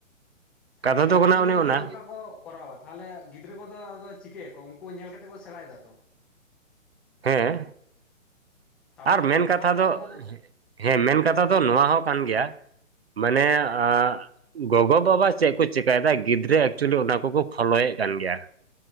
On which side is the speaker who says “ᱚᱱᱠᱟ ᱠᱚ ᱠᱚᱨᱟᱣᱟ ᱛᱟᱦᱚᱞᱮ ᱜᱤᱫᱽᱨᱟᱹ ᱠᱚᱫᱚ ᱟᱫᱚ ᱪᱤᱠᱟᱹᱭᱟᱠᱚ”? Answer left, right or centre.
Centre